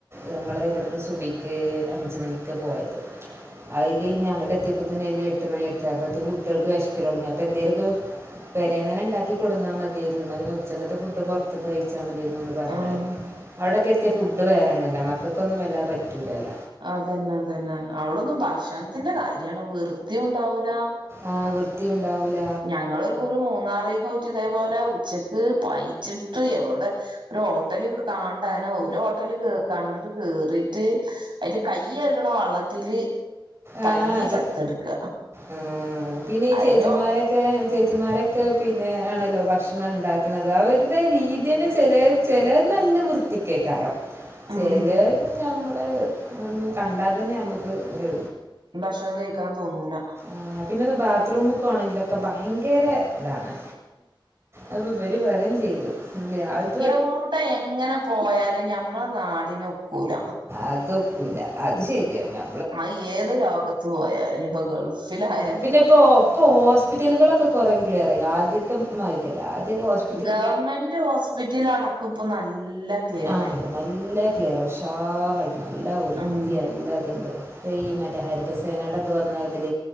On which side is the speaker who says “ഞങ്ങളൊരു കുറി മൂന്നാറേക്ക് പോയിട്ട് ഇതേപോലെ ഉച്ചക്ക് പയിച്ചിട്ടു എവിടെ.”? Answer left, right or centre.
Right